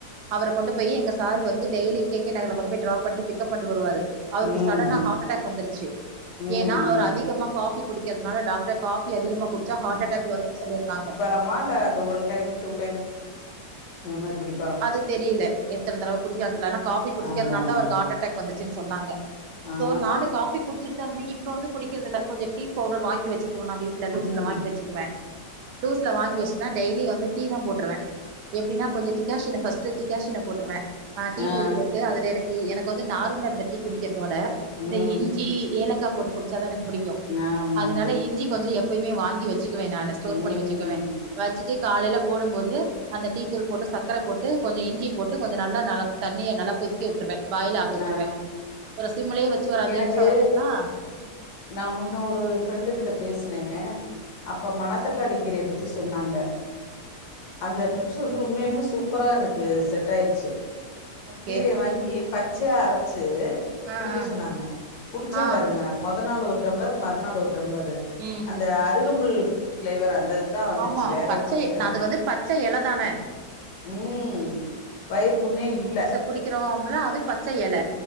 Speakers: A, on the right; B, on the left.
A: அவர கொண்டு போய் எங்க சார் வந்து டெயலி கே கே நகர்ல கொண்டு போய ட்ராப் பண்ட்டு பிக்கப் பண்ட்டு வருவாரு அவருக்கு
B: ம்
A: சடனா ஹார்ட் அட்டாக் வந்துருச்சு
B: ம்
A: ஏனா அவர் அதிகமா காஃபி குடிக்கிறதுனால டாக்டர் காஃபி அதிகமா குடிச்சா ஹார்ட் அட்டாக் வரும்னு சொல்லிருக்காங்க
B: லாமா இல்ல அந்த ஒன் டைம் டூ டைம் இந் மாரி குடி
A: அது தெரியல எத்தன தடவ குடிக்கார்ன்டுலா ஆனா காஃபி குடிக்கிறதுனாலதா
B: அதா அதா
A: அவருக்கு ஹார்ட் அட்டாக் வந்துச்சுன்னு சொன்னாங்க
B: ஆ
A: சோ நானு காஃபி குடிச்சுட்டுதா இருந்த இப்ப வந்து குடிக்கறதில்ல கொஞ்சொ டீ பவுடர் வாங்கி வச்சு போ நா வீட்ல லூஸ்ல
B: ம்
A: வாங்கி வச்சுக்குவ லூஸ்ல வாங்கி வச்சுட்ன்னா டெய்லி வந்து டீதா போட்டுருவ எப்டினா கொஞ்ச திக் க்காஷன ஃபர்ஸ்ட் டிக்காஷன போட்டுருவ அ டீ
B: ஆ
A: தூள் போட்டு அதுல எனக்கு எனக் கு வந்து நார்மலா இந்த டீ குடிக்கிறதோட இந்த
B: ம்
A: இஞ்சி ஏலக்கா போட்டு குடிச்சாதா எனக் புடிக் கு
B: ஆமா
A: அதனால
B: ஆமா ஆமா
A: இஞ்சி கொஞ்சொ எப்பயுமே வாங்கி வச்சுக்குவ நானு ஸ்டோர்
B: ம்
A: பண்ணி வச்சுக்குவ வச்சுட்டு காலைல போடும்போது அந்த டீ தூள் போட்டு சக்கர போட்டு கொஞ்ச இஞ்சி போட்டு கொஞ்ச நல்லா நல தண்ணிய நல்லா கொதிக்க வுட்டுருவ பாயில் ஆக வுட்டுருவ
B: ஆ
A: ப்பறோ சிம்மலயே வச்சு ஒரு அஞ்சு
B: எனக்கு
A: நிமிஷொ ஆச்சுன்னா ம்
B: நா முன்ன ஒரு ஃப்ரெண்டு கிட்ட பேசுனே
A: ம்
B: அப்ப மணத் தக்காளி கிரய பத்தி சொன்னாங்க
A: ம்
B: அந்த டிப்ஸ் வந்து உண்மையிலுமே சூப்பரா எனக்கு செட்டாயிடுச்சு
A: ஓகே
B: கீரைய வாங்கி பச்சையா அரைச்சு
A: ஆ
B: குடிக்க
A: ஆ
B: சொன்னாங்க குடிச்ச
A: ஆ
B: பாருங்க மொத நாள் ஒரு டம்ளர் மறுநாள் ஒரு டம்ளரு
A: ம்
B: அந்த அருகம்புல் ஃப்ளேவர் அந்தது தா வந்துச்சு
A: ஆமா
B: வேற
A: பச்சை
B: ஒண்ணு தெரில
A: அது வந்து பச்சை எல தான
B: ம் வயிறு புண்ணே இல்ல
A: குடிக்கிறோம்ல்ல அது பச்ச எல